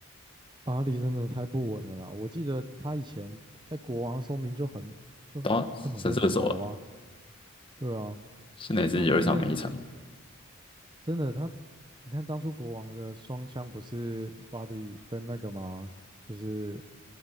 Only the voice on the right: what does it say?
巴黎真的太不稳了啦。我记得他以前在国王说明就很就很就很会投啊，
对啊，
他后面真的他，你看当初国王的双枪不是巴黎跟那个吗？就是